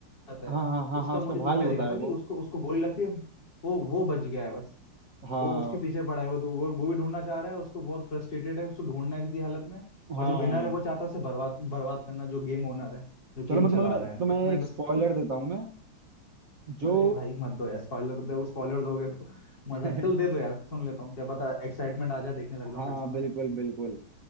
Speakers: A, on the left (about 55°); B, on the right (about 45°).
A: आता है
B: हाँ हाँ हाँ
A: उसका
B: हाँ उसका
A: मुझे
B: भाई
A: उतना
B: होता
A: ही देखा
B: है
A: था कि
B: वो
A: उसको उसको गोली लगती है वो वो बच गया है बस
B: हाँ
A: वो उसके पीछे पड़ा है वो तो वो वो भी ढूंढना चाह रहा है उसको बहुत फ्रस्ट्रेटेड है उसको ढूंढना है किसी हालत में
B: हाँ
A: और जो विनर है वो चाहता है उसे बर्बाद बर्बाद करना जो गेम ओनर है जो
B: चलो
A: गेम
B: मतलब
A: चला
B: मैं तुम्हें
A: रहा
B: तुम्हें,
A: है
B: तुम्हें
A: इतना ही
B: एक
A: बस
B: स्पॉइलर देता हूँ मैं जो
A: अरे भाई मत दो यार स्पॉइलर दो स्पॉइलर दोगे तो मजा
B: <laughs>
A: नहीं चल दे दो यार सुन लेता हूँ क्या पता एक्साइटमेंट आ जाए देखने लग जाऊँ
B: हाँ
A: फिर से मैं
B: बिल्कुल बिल्कुल